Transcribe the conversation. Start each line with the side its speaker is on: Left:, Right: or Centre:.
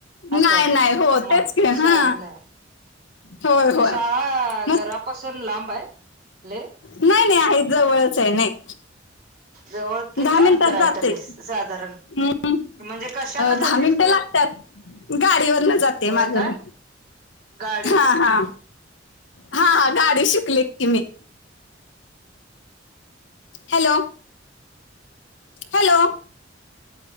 Left: नाही
Right: असं,
Left: नाही हो
Right: म,
Left: तेच की
Right: शाळेतन.
Left: हा होय
Right: म
Left: होय
Right: शाळा
Left: मग
Right: घरापासून लांबय लई.
Left: नाही नाही, आहे जवळचे, नाही.
Right: जवळ, किती
Left: दहा मिनिटात
Right: अंतर आहे
Left: जाते
Right: तरी, साधारण.
Left: हम्म,
Right: म्हणजे कशाना
Left: अं,
Right: जातेस
Left: दहा मिनिटं
Right: तू,
Left: लागतात गाडीवरनं जाते
Right: होय
Left: माझं
Right: काय?
Left: मी
Right: गाडी.
Left: हा हा हा हा, गाडी शिकली की मी. Hello. Hello.